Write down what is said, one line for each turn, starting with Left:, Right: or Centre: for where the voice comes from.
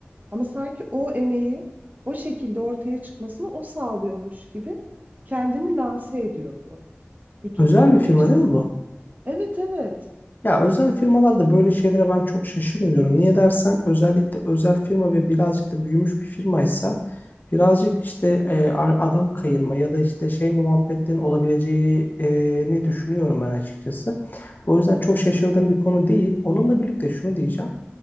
Right: ama sanki o emeği o şekilde ortaya çıkmasını o sağlıyormuş gibi kendini lanse ediyordu bütün
Left: Özel
Right: firma
Left: bir firma
Right: içerisinde.
Left: değil mi bu?
Right: Evet evet.
Left: Ya özel firmalarda böyle şeylere ben çok şaşırmıyorum. Niye dersen özellikle özel firma ve birazcık da büyümüş bir firmaysa birazcık işte e, a- adam kayırma ya da işte şey muhabbetlerin olabileceğini düşünüyorum ben açıkçası. O yüzden çok şaşırdığım bir konu değil. Onunla birlikte şunu diyeceğim.